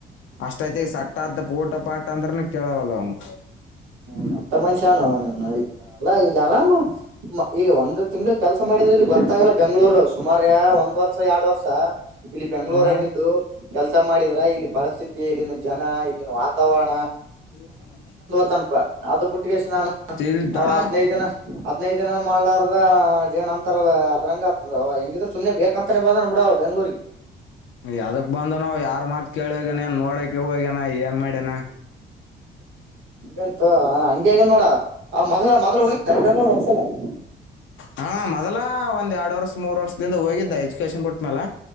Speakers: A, on the left (about 75°); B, on the right (about 90°).
A: ಅಷ್ಟೈಐತಿ ಸಟ್ಟ್ದ ಪೋಟ ಪಾಠ ಅಂದ್ರನ ಕೇಳವಲ್ಲ ಅವನು
B: ಹ್ಮತ್ತ ಮ ನೋಡಿ ಅಲ್ಲ ಇಲ್ಲಿ ಆರಾಮ ಈಗ ಒಂದು್ ತಿಂಗಳು ಕೆಲಸ ಮಾಡಿದ್ರೆ ಇ ಗೊತ್ತಾಗಲ್ಲ ಬೆಂಗಗಳೂರು ಸುಮಾರ ಒಂದ್ ವರ್ಷ ಎರಡ್ ವರ್ಷ ಇಲ್ಲಿ ಬೆಂಗ್ಗಳೂರ
A: ಹಾ
B: ಆಗಿದ್ದು ಕೆ ಕೆಲಸ ಮಾಡಿದ್ರ ಇಲ್ಲಿ ಪರಿಸ್ಥಿತಿ ಇಲ್ಲಿನ ಜನ ಇಲ್ಲಿನ ವಾತಾವರಣ
A: ಹ್ಮ
B: ತನಪ ಅದು ಬಿುಟ್ಟಿಗೆಷ್ಟ ನಾನು
A: ಇಲ್
B: ಅವ
A: ದಡ
B: ಹದ್ೈದು ದಿನ ಹದ್ೈದದು ದಿನ ಮಾಡ್ಲಾರ್ದೇನ್ ಅಂತರ ಅದ್ರಂಗ ಹೆಂಗಿದ್ರ ಸುಮ್ಮ್ನೆ ಬೇಕ ಅಂತಾನೇ ಬಂದ ಬಿಡ ಬೆಂಗ್ಳೂರು
A: ಯಾವದಕ್ ಬಂದನುೋ ಯಾರ್ ಮಾತ್ ಕೇಳುವಗನ ನೋಡಕ ಹೋಗ್ಯನಾ ಏನ್ ಮಾಡ್ಯನಾ
B: ಹಂತ ಹಂಗಗೆ ಹಗ ನೋಡ ಮೊದಲ ಮೊದಲ ಒಂದ್ಸಲ ಹ
A: ಹಾ ಮೊದಲ ಒಂದ್ ಎರಡ್ ವರ್ಷ ಮೂರ್ ವರ್ಷದಿಂದ ಹೋಗಿದ್ದ ಎಜುಕೇಶನ್ ಬಿಟ್ಟ್ಮ್ಯಾಲ